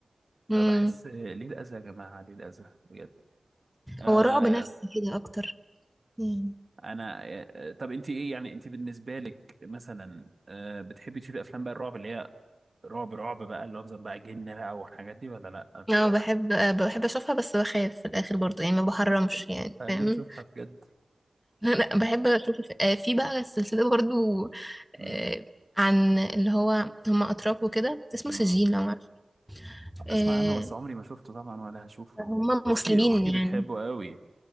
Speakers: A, on the right; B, in the centre.
A: فبحس
B: مم.
A: آه، ليه الاذى يا جماعه ليه الاذى بجد أه
B: هو رعب نفسي كده أكتر مم.
A: انا آه، طب انت ايه يعني انت بالنسبه لك مثلا آه، بتحبي تشوفي افلام بقى الرعب اللي هي رعب رعب بقى اللي هو مثلا بقى جن بقى والحاجات دي ولا لا
B: اه بحب آه، بحب أشوفها بس بخاف في الآخر برضه يعني ما بحرمش
A: بس
B: يعني
A: خلينا
B: فاهم
A: نشوفها بجد
B: انا بحب اشوف آه، في بقى السلسله برضو
A: مم.
B: آه، عن اللي هو هم اتراك وكده اسمه
A: مم.
B: سجين لو عارف آه،
A: اسمع عنه بس عمري ما شفته طبعا ولا هشوفه
B: هم
A: اختي
B: مسلمين
A: اختي
B: يعني
A: بتحبه قوي